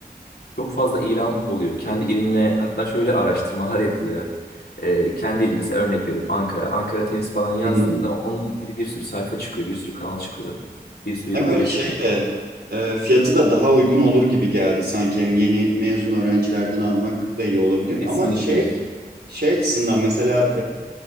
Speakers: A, on the left; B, on the right.
A: çok fazla ilan oluyor. Kendi ilinle hatta şöyle araştırmalar yapılıyor. E, kendi ili mesela örnek veriyorum Ankara. Ankara tenis falan yazdığında
B: Hı hı.
A: onunla ilgili bir sürü sayfa çıkıyor, bir sürü kanal çıkıyor, bir sürü
B: Hem
A: hoca
B: öyle şey
A: çıkıyor.
B: de e, fiyatı da daha uygun olur gibi geldi sanki. Hem yeni mezun öğrencilerden almak da iyi olabilir.
A: Kesinlikle.
B: Ama şey şey açısından mesela